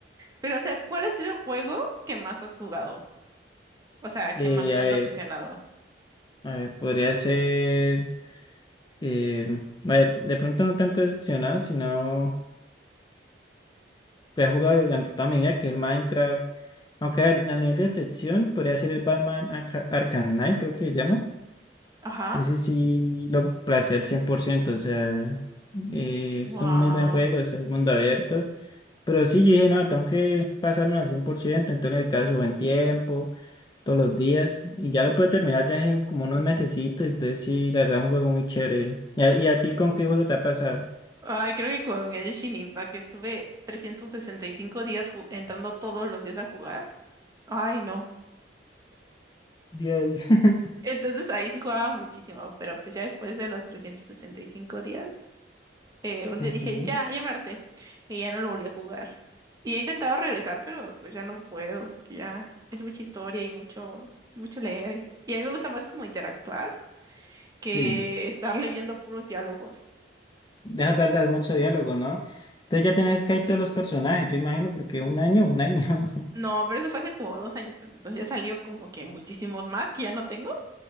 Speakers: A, on the right; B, on the left.
A: Pero, o sea, ¿cuál ha sido el juego que más has jugado? O sea, que
B: Eh,
A: más te
B: a ver,
A: has obsesionado.
B: a ver, podría ser, eh, a ver, de pronto no tanto decepcionado, sino... que he jugado durante toda mi vida, que es el Minecraft. Aunque a ver, al nivel de excepción, podría ser el Batman Arca- Arkham Knight, creo que se llama.
A: Ajá.
B: Ese sí lo placé al cien por ciento o sea, eh, es
A: Wow.
B: un muy buen juego, o sea, es mundo abierto. Pero sí, yo dije, no, tengo que pasarme al 100% entonces el caso buen tiempo, todos los días, y ya lo pude terminar ya en como unos mesecitos, entonces sí, la verdad es un juego muy chévere. ¿Y a, y a ti con qué juego te ha pasado?
A: Ay, creo que con Genshin Impact estuve 365 días ju- entrando todos los días a jugar. Ay, no.
B: Dios. <laughs>
A: Entonces ahí sí jugaba muchísimo, pero pues ya después de los 365 días. Eh, un
B: Ujú.
A: día dije, ya, ya me harté. Y ya no lo volví a jugar. Y he intentado regresar, pero pues ya no puedo, porque ya es mucha historia y mucho, mucho leer. Y a mí me gusta más como interactuar que
B: Sí.
A: estar leyendo puros diálogos.
B: Es verdad, es mucho diálogo, ¿no? Entonces ya tenés casi todos los personajes, yo imagino, porque un año, un año. <laughs>
A: No, pero eso fue hace como dos años, entonces ya salió como que muchísimos más que ya no tengo,